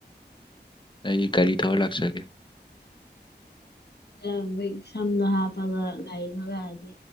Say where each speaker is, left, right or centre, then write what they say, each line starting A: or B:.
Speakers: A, on the left; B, on the left.
A: ꯑꯩ ꯒꯥꯔꯤ ꯊꯧꯔ ꯂꯥꯛꯆꯒꯦ
B: ꯎꯝ ꯃꯣꯏ ꯁꯝ ꯍꯥꯞꯄꯒ ꯒꯥꯔꯤ ꯊꯧꯔꯒ ꯂꯥꯛꯑꯗꯤ